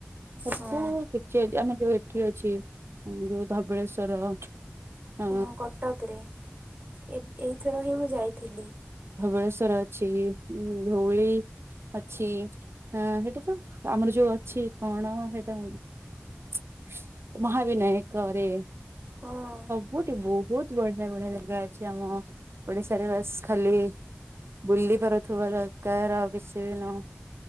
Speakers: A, on the right; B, on the right.
A: ସବୁ
B: ହଁ।
A: କିଛି ଅଛି ଆମେ ଯୋଉ ଏଠି ଅଛି ଯୋଉ ଧବଳେଶ୍ଵର। ଅ
B: ହଁ, କଟକରେ ଏଇ ଏଇଥର ହିଁ ମୁଁ ଯାଇଥିଲି।
A: ଧବଳେଶ୍ୱର ଅଛି, ଧଉଳି ଅଛି। ହଁ, ହେଟା ତ ଆମର ଯୋଉ ଅଛି କଣ ସେଇଟା <inaudible> ମହାବିନାୟକ ରେ।
B: ହଁ।
A: ବହୁତି ବହୁତ ବଢିଆ ବଢିଆ ଜାଗା ଅଛି ଆମ ଓଡିଶାରେ, ବାସ୍ ଖା ଖାଲି ବୁଲି ପାରୁଥିବା ଦରକାର, ଆଉ କିଛି ବି ନୁହଁ।